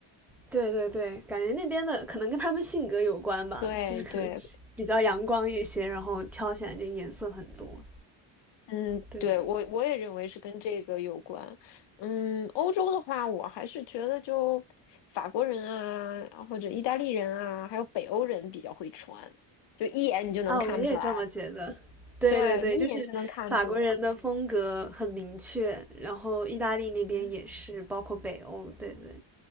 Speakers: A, in the centre; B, on the left.
A: 对对对，感觉那边的可能跟他们性格有关吧，
B: 对对，
A: 就是可能是比较阳光一些，然后挑起来就颜色很多。
B: 嗯，
A: 对，
B: 对，我我也认为是跟这个有关。嗯，欧洲的话，我还是觉得就法国人啊，或者意大利人啊，还有北欧人比较会穿，就一眼你就能看出来。
A: 啊，我也这么觉得。对对对，
B: 对，你一眼就能看出来。
A: 就是法国人的风格很明确，然后意大利那边也是，
B: 嗯，
A: 包括北欧。对对，